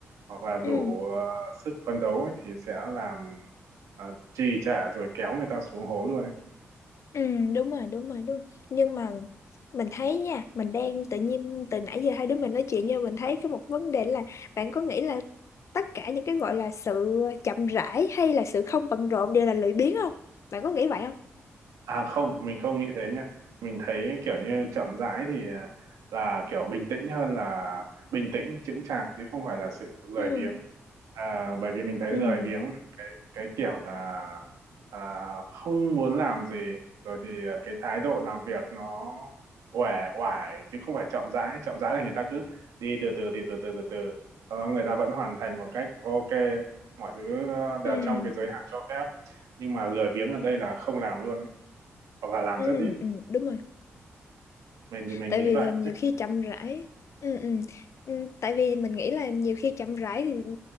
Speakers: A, on the right; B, on the left.
A: hoặc là đủ
B: ừ
A: à, sức phấn đấu ấy, thì sẽ làm à, trì trệ rồi kéo người ta xuống hố luôn ấy
B: ừ đúng rồi đúng rồi đúng nhưng mà mình thấy nha mình đang tự nhiên từ nãy giờ hai đứa mình nói chuyện nhưng mình thấy có một vấn đề là bạn có nghĩ là tất cả những cái gọi là sự chậm rãi hay là sự không bận rộn đều là lười biếng không bạn có nghĩ vậy không
A: À không, mình không nghĩ thế nhá. Mình thấy kiểu như chậm rãi thì là, là kiểu bình tĩnh hơn là bình tĩnh chững chạc chứ không phải là sự lười
B: ừ
A: biếng. À, bởi vì mình thấy
B: ừ
A: lười biếng là cái cái kiểu là à, không muốn làm gì rồi thì à, cái thái độ làm việc nó uể oải chứ không phải chậm rãi. Chậm rãi là người ta cứ đi từ từ đi từ từ từ từ sau đó người ta vẫn hoàn thành một cách ok mọi thứ ờ, đều
B: ừ
A: trong cái giới hạn cho phép nhưng mà lười biếng ở đây là không làm luôn ấy hoặc là làm
B: ừ
A: rất ít
B: ừ đúng rồi
A: mình thì mình
B: tại
A: nghĩ
B: vì
A: vậy
B: à, nhiều khi chậm rãi ừ, ừ. Ừ, tại vì mình nghĩ là nhiều khi chậm rãi thì ừ,